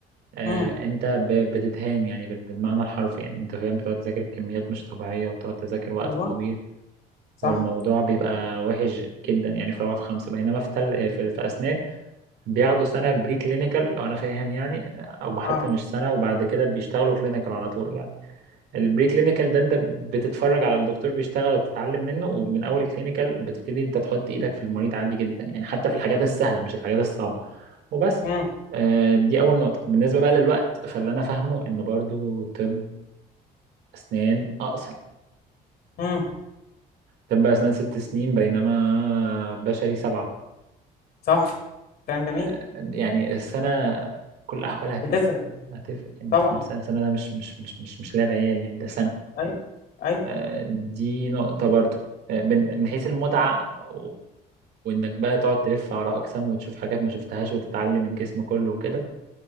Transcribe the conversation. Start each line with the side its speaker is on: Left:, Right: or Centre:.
Right: آه
Left: امم
Right: انت ب- بتتهان يعني بال- بالمعنى الحرفي يعني انت فاهم بتقعد تذاكر كميات مش طبيعية وتقعد تذاكر وقت
Left: ايوه
Right: طويل والموضوع
Left: صح
Right: بيبقى وحش جدا يعني في رابعة في خمسة بينما في تل... في, في أسنان بياخدوا سنة بري كلينيكال لو أنا فاهم يعني أو حتى
Left: اه
Right: مش سنة وبعد كده بيشتغلوا كلينيكال على طول يعني البري كلينيكال ده أنت بتتفرج على الدكتور بيشتغل وبتتعلم منه ومن أول الكلينيكال بتبتدي أنت تحط إيدك في المريض عادي جدا يعني حتى في الحاجات السهلة مش الحاجات الصعبة وبس
Left: امم
Right: آه، دي أول نقطة بالنسبة بقى للوقت فاللي أنا فاهمه إن برضو طب أسنان أقصر
Left: امم
Right: طب أسنان ست سنين بينما بشري سبعة
Left: صح كلام جميل
Right: آه، يعني السنة كل أحوالها هتفرق
Left: بتفرق
Right: هتفرق يعني أنت
Left: طبعا
Right: فاهم سنة سنة ده مش مش مش مش مش لعب عيال يعني ده سنة
Left: ايوه ايوه
Right: آه، دي نقطة برضو آه، من من حيث المتعة و- وإنك بقى تقعد تلف على أقسام وتشوف حاجات ما شفتهاش وتتعلم الجسم كله وكده